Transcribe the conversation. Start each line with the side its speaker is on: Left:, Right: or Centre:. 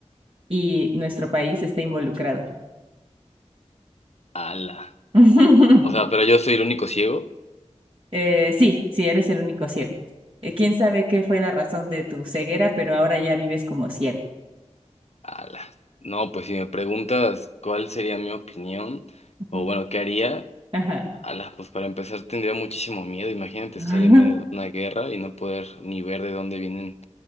Right: y nuestro país está involucrado.
Left: Ala.
Right: <laughs>
Left: O sea, pero yo soy el único ciego.
Right: Eh, sí, sí, eres el único ciego. Eh, quién sabe qué fue la razón de tu ceguera, pero ahora ya vives como ciego.
Left: Ala. No, pues si me preguntas cuál sería mi opinión,
Right: Ujú.
Left: o bueno, ¿qué haría?
Right: Ajá.
Left: Ala, pues para empezar tendría muchísimo miedo. Imagínate
Right: <laughs>
Left: estar en medio de una guerra y no poder ni ver de dónde vienen,